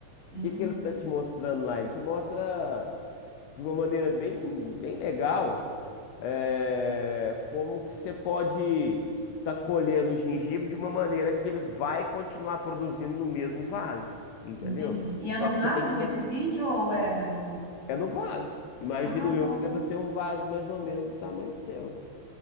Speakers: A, on the left (about 30°); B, on the left (about 80°).
A: Hum,
B: O que que ele tá te mostrando lá? Ele te mostra de uma maneira bem, bem legal, é, como que você pode tá colhendo o gengibre de uma maneira que ele vai continuar produzindo no mesmo vaso, entendeu?
A: entendi. E é
B: Só
A: no
B: que
A: vaso
B: você tem que,
A: esse
B: res-
A: vídeo ou é no...
B: É no vaso. Imagino
A: Ah,
B: eu
A: tá.
B: que deva ser um vaso mais ou menos do tamanho do seu,